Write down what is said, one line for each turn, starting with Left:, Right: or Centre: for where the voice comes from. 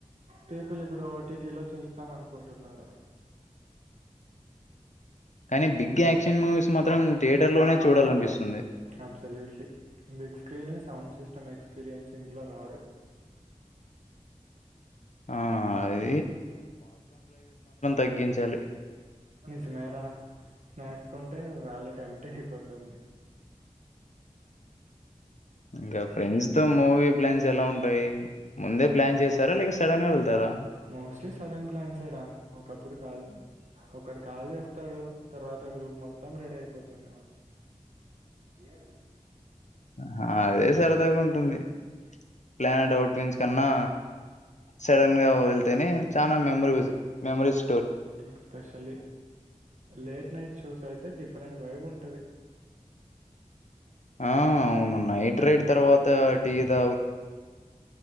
Right: పీపుల్ ఇప్పుడు ఓటీటి లో చూస్తాం అనుకుంటున్నారు
Left: కానీ బిగ్ యాక్షన్ మూవీస్ మాత్రం థియేటర్ లోనే చూడాలనిపిస్తుంది
Right: అబ్సల్యూట్లీ బిగ్ స్క్రీనే సౌండ్ సిస్టమ్ ఎక్స్పీరియన్స్ ఇంట్లో రాదు
Left: ఆ అ తగ్గించాలి
Right: సుమరా కుంటే వాలెట్ ఎట అయిపోతుంది
Left: ఇంకా ఫ్రెండ్స్ తో మూవీ ప్లాన్స్ ఎలా ఉంటాయి ముందే ప్లాన్ చేస్తారా లేక సడన్ గా వెళ్తారా
Right: మోస్ స సడన్ ప్లాన్స్రా ఒకప్పుడు కాల్ ఒక కాల్ చేస్తాడు తర్వాత గ్రూప్ మొత్తం డ అయిపోతుంది
Left: <inaudible>
Right: ఏది
Left: హ అదే సరదాగా ఉంటుంది ప్లానెట్ అట్న్స్ కన్నా సడన్ గా వెళ్తేనే చనా మ మమస్
Right: ఎక్స్పెషలీ లేట్ నైట్ షోస్ అయి అయితే డిఫరెంట్ వైబ్ ఉంటది
Left: ఆ అవును నైట్ రైడ్ తర్వాత టీ త